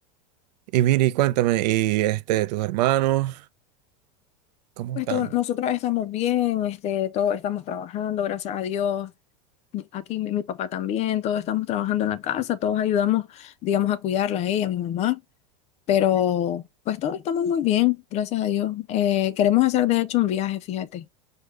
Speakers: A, on the right; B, on the left.
A: Y Miri, cuéntame, ¿y este, tus hermanos, cómo
B: Pues
A: están?
B: todo- nosotros estamos bien, este, todos estamos trabajando, gracias a Dios. Y Aquí mi, mi papá también, todos estamos trabajando en la casa, todos ayudamos, digamos, a cuidarla a ella, a mi mamá. Pero pues todos estamos muy bien, gracias a Dios. Eh, queremos hacer de hecho un viaje, fíjate,